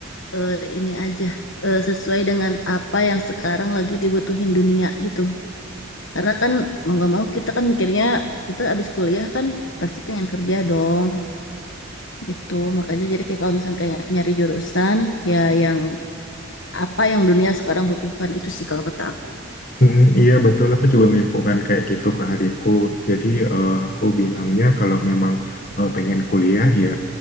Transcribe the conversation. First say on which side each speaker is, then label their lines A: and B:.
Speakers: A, on the left (about 65°); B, on the left (about 40°).
A: eh, ini aja eh, sesuai dengan apa yang sekarang lagi dibutuhin dunia gitu. Karena kan mau nggak mau kita kan mikirnya kita abis kuliah kan pasti pengen kerja dong gitu. Makanya jadi kayak kalau misalnya kayak nyari jurusan ya yang apa yang dunia sekarang butuhkan itu sih kalau kata aku.
B: Mm, Iya betul, aku juga nginfokan kayak gitu ke adikku. Jadi eh, aku bilangnya kalau memang eh, pengen kuliah ya